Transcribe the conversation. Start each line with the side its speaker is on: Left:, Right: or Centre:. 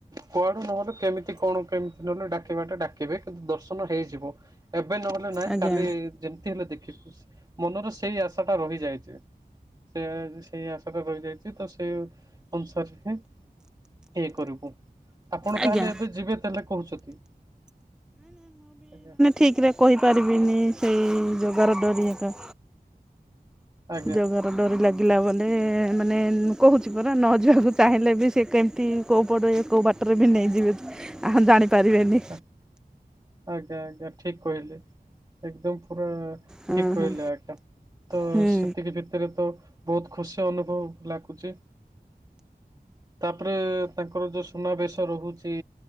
Right: କୁଆଡ଼ୁ ନହଲେ କେମିତି କଣ କେମିତି ନହଲେ ଡାକିବା ଟା ଡାକିବେ କିନ୍ତୁ ଦର୍ଶନ ହେଇଯିବ। ଏବେ ନହେଲେ ନାହିଁ
Centre: ଆଜ୍ଞା
Right: କାଲି ଯେମିତି ହେଲେ ଦେଖିବି ମନରେ ସେଇ ଆଶା ଟା ରହିଯାଇଛି। ସେଆ ସେଇ ଆଶା ଟା ରହିଯାଇଛି ତ ସେଇ ଅନୁସାରେ ହିଁ ଇଏ କରିବୁ। ଆପଣ
Centre: ଆଜ୍ଞା।
Right: ତାହେଲେ ଏବେ ଯିବେ ତାହେଲେ କହୁଛନ୍ତି ଆଜ୍ଞା।
Centre: ଠିକ୍ ରେ କହିପାରିବିନି ସେଇ ଜଗାର ଡରି ଏକା
Right: ଆଜ୍ଞା
Centre: ଜଗାର ଡରି ଲାଗିଲା ବଲେ ମାନେ କହୁଛି ପରା ନ ଯିବାକୁ ଚାହିଁଲେ ବି ସେ କେମିତି ତି କୋଉ ପଟେ କଉ ବାଟରେ ବି ନେଇଯିବେ ଆ ଜାଣିପାରିବେନି।
Right: ଆଜ୍ଞା ଆଜ୍ଞା ଠିକ୍ କହିଲେ। ଏକଦମ୍ ପୁରା
Centre: ହଁ
Right: ଠିକ୍ କହିଲେ
Centre: ହଁ
Right: ଆଜ୍ଞା ତ
Centre: ହୁଁ
Right: ସେତିକି ଭିତ୍ ସେଥିରେ ତ ବହୁତ ଖୁସି ଅନୁଭବ ଲାଗୁଛି। ତାପରେ ତାଙ୍କର ଯୋଉ ସୁନାବେଶ ରହୁଛି